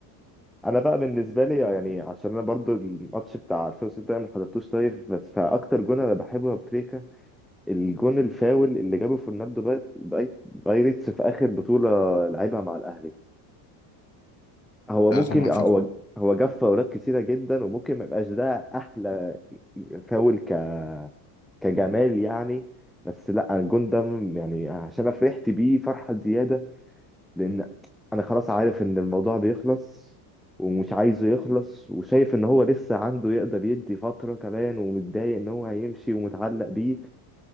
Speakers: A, in the centre; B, on the left.
A: انا بقى بالنسبه لي يعني عشان انا برضو الماتش بتاع 2006 ده ما حضرتوش لايف بس فاكتر جون انا بحبه يا أبو تريكه الجون الفاول اللي جابه فرناندو باي- باي- بايرتس في اخر بطوله لعبها مع الاهلي هو
B: لا
A: ممكن
B: طبعا
A: هو
B: فاكر
A: هو جاب فاولات كتيرة جدا وممكن ما يبقاش ده أحلى فاول ك كجمال يعني بس لا الجون ده يعني عشان أنا فرحت بيه فرحة زيادة لأن أنا خلاص عارف إن الموضوع بيخلص ومش عايزه يخلص وشايف إن هو لسه عنده يقدر يدي فترة كمان ومتضايق إن هو هيمشي ومتعلق بيه